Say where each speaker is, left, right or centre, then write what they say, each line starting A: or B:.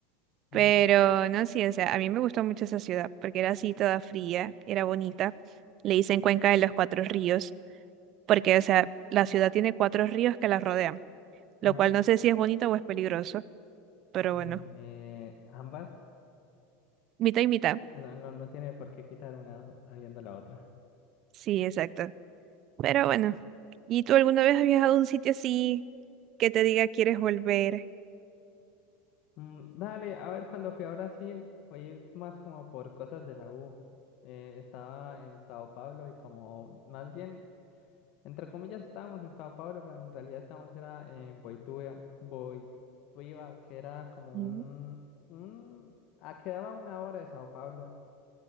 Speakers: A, on the right; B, on the left.
A: Pero
B: Mm,
A: no, sí, o sea, a mí me gustó mucho esa ciudad, porque era así toda fría, era bonita. Le dicen Cuenca de los Cuatro Ríos, porque, o sea, la ciudad tiene cuatro ríos que la rodean,
B: ajá.
A: lo cual no sé si es bonito o es peligroso, pero
B: Eh,
A: bueno,
B: ambas,
A: mitad y mitad.
B: no, no, no tiene por qué quitar una habiendo la otra.
A: Sí, exacto. Pero bueno, ¿y tú alguna vez has viajado a un sitio así que te diga quieres volver?
B: Mm, dale, a ver, cuando fui a Brasil, fui más como por cosas de la U. Eh, estaba en Sao Paulo y como más bien Entre comillas estábamos en Sao Paulo, pero en realidad estábamos era en Boituva, Boituva, que era como
A: Ujú.
B: un, un ah, quedaba una hora de Sao Paulo.